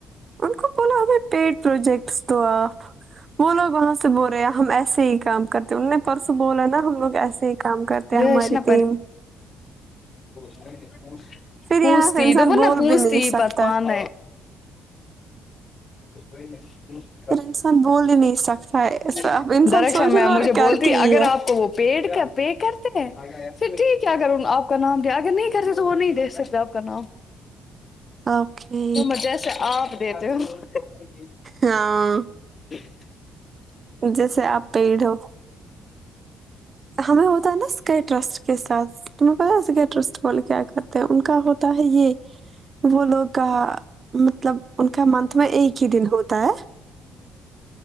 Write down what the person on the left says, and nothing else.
یہ
ش نا
<unintelligible>
پوس
ت
دپن
نا پوس
ت یہ
پ پان کوئی نش
<unintelligible>
درخش
میں
مجھے
بولتی
اگر
آپ کو وہ پ کا پ کر پھر ٹھیک ہے اگر آپ کا نام دیا اگر نہیں کرتے تو وہ نہیں دے سکتے آپ کا نام
<unintelligible> دیتے ہیں
<unintelligible>